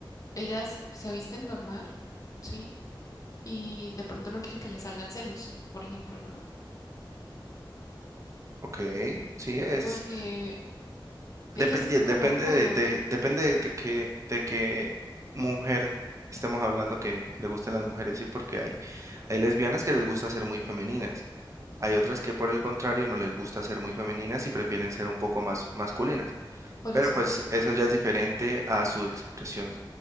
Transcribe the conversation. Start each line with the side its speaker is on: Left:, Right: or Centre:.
Left: ellas se visten normal, ¿sí? Y de pronto no quiere que le salgan senos, por ejemplo, ¿no?
Right: Ok, sí, es
Left: Porque ellas
Right: dependiente,
Left: tienen como
Right: depende
Left: un juego,
Right: de, de-
Left: ¿no?
Right: depende de qué, de qué mujer estemos hablando que le gustan las mujeres, sí, porque hay, hay lesbianas que les gusta ser muy femeninas, hay otras que por el contrario no les gusta ser muy femeninas y prefieren ser un poco más masculinas.
Left: Por
Right: Pero
Left: eso,
Right: pues eso ya es diferente a su expresión